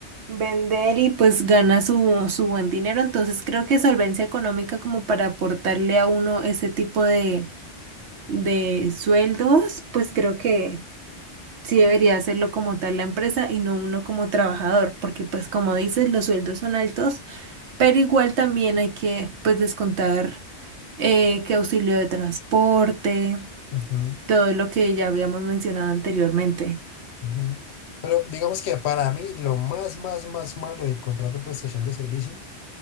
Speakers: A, on the right; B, on the left.
A: vender y pues gana su, su buen dinero. Entonces creo que solvencia económica como para aportarle a uno ese tipo de, de sueldos, pues creo que sí debería hacerlo como tal la empresa y no uno como trabajador, porque pues como dices, los sueldos son altos, pero igual también hay que pues descontar eh, que auxilio de transporte,
B: ujú,
A: todo lo que ya habíamos mencionado anteriormente.
B: ujú. Pero digamos que para mí lo más, más, más malo del contrato de prestación de servicio